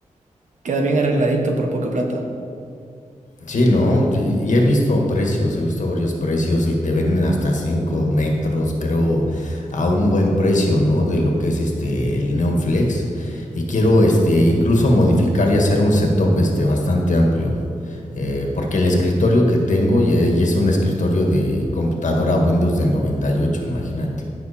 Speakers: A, on the right; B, on the left.
A: queda bien arregladito por poca plata.
B: Sí, no, y y he visto precios, he visto varios precios y te venden hasta 5 metros, creo, a un buen precio, ¿no? De lo que es este el Neon Flex. Y quiero este incluso modificar y hacer un setup este bastante amplio. eh, porque el escritorio que tengo ya, ya es un escritorio de computadora Windows del 98, imagínate.